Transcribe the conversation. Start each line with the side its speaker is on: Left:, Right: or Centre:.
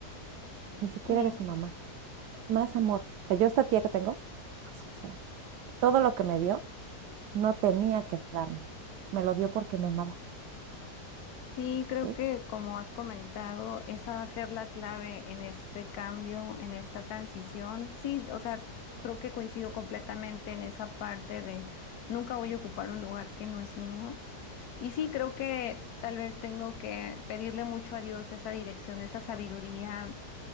Right: Ni siquiera
Left: Sí,
Right: de su mamá. Más amor. O sea, yo esta tía que tengo, pues, o sea, todo lo que me dio no tenía que darme. Me lo dio porque me amaba.
Left: sí, creo
Right: ¿sí?
Left: que como has comentado, esa va a ser la clave en este cambio, en esta transición. Sí, o sea, creo que coincido completamente en esa parte de nunca voy a ocupar un lugar que no es mío. Y sí, creo que tal vez tengo que pedirle mucho a Dios esa dirección, esa sabiduría